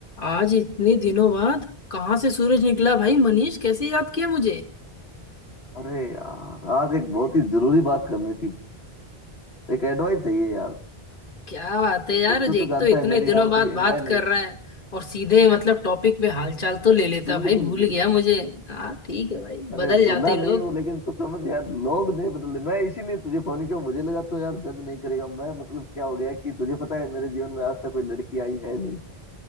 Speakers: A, on the left; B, on the left.
A: आज इतने दिनों बाद कहाँ से सूरज निकला भाई मनीष कैसे याद किया मुझे
B: अरे यार आज एक बहुत ही जरूरी बात करनी थी एक एडवाइस चाहिए यार
A: क्या बात है यार
B: देख
A: एक
B: तू तो जानता
A: तो इतने
B: है मेरी
A: दिनों
B: यार
A: बाद
B: कोई
A: बात
B: है नहीं
A: कर रहा है और सीधे मतलब टॉपिक पे हालचाल तो ले लेता
B: बिल्कुल
A: भाई भूल
B: बिल्कुल
A: गया मुझे हाँ ठीक है भाई
B: अरे
A: बदल जाते
B: भूला
A: हैं
B: नहीं
A: लोग
B: हूँ लेकिन तू समझ यार लोग नहीं बदले मैं इसीलिए तुझे फोन किया मुझे लगा तो यार जज नहीं करेगा मैं मतलब क्या हो गया कि तुझे पता है मेरे जीवन में आज तक कोई लड़की आई है नहीं